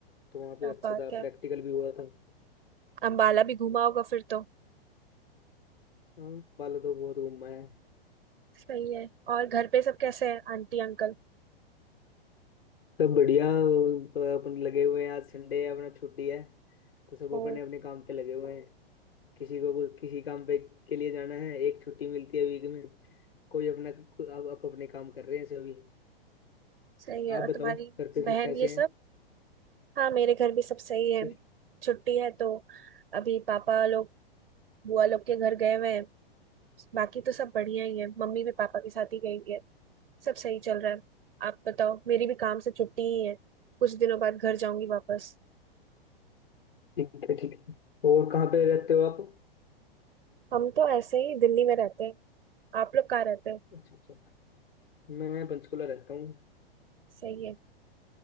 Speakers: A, on the left (about 70°); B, on the right (about 65°).
A: तो वहाँ पे
B: क्या
A: अच्छा
B: बात
A: था
B: है
A: प्रैक्टिकल भी हुआ था
B: अंबाला भी घूमा होगा फिर तो
A: हाँ, अम्बाला तो बहुत घूमा है
B: सही है और घर पे सब कैसे हैं आंटी अंकल
A: सब बढ़िया वो तो अपन लगे हुए हैं आज संडे है अपना छुट्टी है तो सब
B: ओ
A: अपने अपने काम पे लगे हुए हैं किसी को कोई- किसी काम पे के लिए जाना है एक छुट्टी मिलती है वीक में कोई अपना आप, आप अपने काम कर रहे हैं सभी
B: सही है
A: आप
B: और
A: बताओ
B: तुम्हारी
A: घर पे
B: बहन
A: सब कैसे
B: ये सब
A: हैं
B: हाँ मेरे घर भी सब सही है
A: ठीक
B: छुट्टी है तो अभी पापा लोग बुआ लोग के घर गए हुए हैं बाकी तो सब बढ़िया ही है मम्मी भी पापा के साथ ही गई हुई है सब सही चल रहा है आप बताओ मेरी भी काम से छुट्टी ही है कुछ दिनों बाद घर जाऊंगी वापस
A: है ठीक है और कहाँ पे रहते हो आप
B: हम तो ऐसे ही दिल्ली में रहते हैं आप लोग कहाँ रहते हैं
A: अच्छा अच्छा मैं पंचकुला रहता हूँ
B: सही है